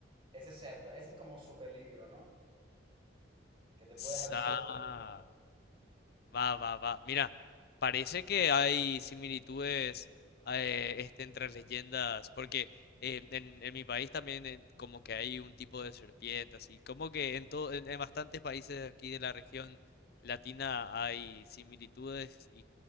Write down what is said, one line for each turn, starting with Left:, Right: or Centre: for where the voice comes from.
Right: Ese es, esto, ese es como su peligro, ¿no? Que te
Left: Sa-
Right: puede dejar sordo.
Left: va, va, va. Mira, parece que hay similitudes eh, este, entre las leyendas, porque eh, en, en mi país también en- como que hay un tipo de serpiente, así como que en, todo, en, en bastantes países aquí de la región latina hay similitudes y